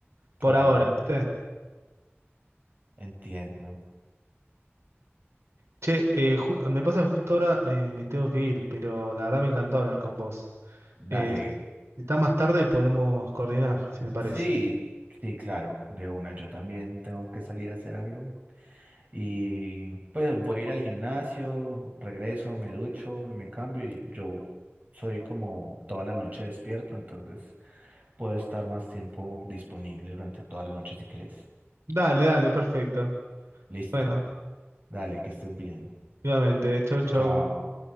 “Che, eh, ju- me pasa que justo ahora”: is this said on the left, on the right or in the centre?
Right